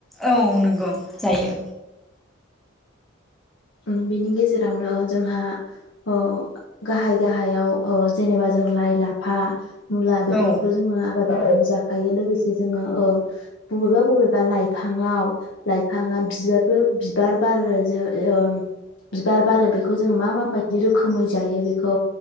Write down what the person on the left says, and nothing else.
उम बिनि गेजेरावनो ओ जोंहा ओ गाहाय गाहायाव ओ जेनेबा जों लाइ, लाफा मुला बेफोरखौथ'
जोङो आबाद मावनानै ज जाखायो लोगोसे जोङो ओ बबेबा बबेबा लाइफाङाव लाइफाङा बिबारबो बिबार बारो जो ओ बिबार बारो बेखौ जोङो मा माबायदि रोखोमै जायो बेखौ